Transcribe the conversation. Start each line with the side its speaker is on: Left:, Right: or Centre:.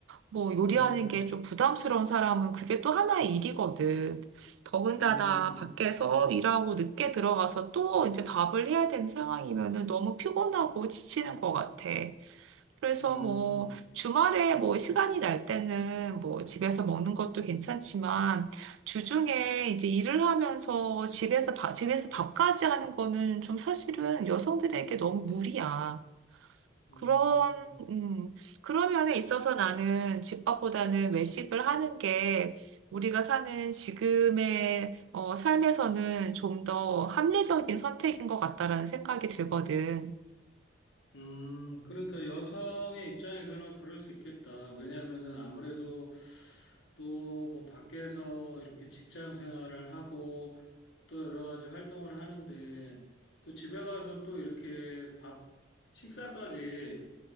Right: 뭐 요리하는
Left: 음.
Right: 게 좀 부담스러운 사람은 그게 또 하나의 일이거든. 더군다나
Left: 음.
Right: 밖에서 일하고 늦게 들어가서 또 이제 밥을 해야 되는 상황이면은 너무 피곤하고 지치는 것 같아. 그래서
Left: 음,
Right: 뭐 주말에 뭐 시간이 날 때는 뭐 집에서 먹는 것도 괜찮지만 주중에 이제 일을 하면서 집에서 밥, 집에서 밥까지 하는 거는 좀 사실은 여성들에게 너무 무리야.
Left: 음,
Right: 그런, 음, 그런 면에 있어서 나는 집밥보다는 외식을 하는 게 우리가 사는 지금의 어, 삶에서는 좀 더 합리적인 선택인 것 같다라는 생각이 들거든.
Left: 음. 그러니까 여성의 입장에서는 그럴 수 있겠다. 왜냐하면은 아무래도 또 뭐 밖에서 이렇게 직장 생활을 하고 또 여러 가지 활동을 하는데 또 집에 가서 또 이렇게 밥, 식사까지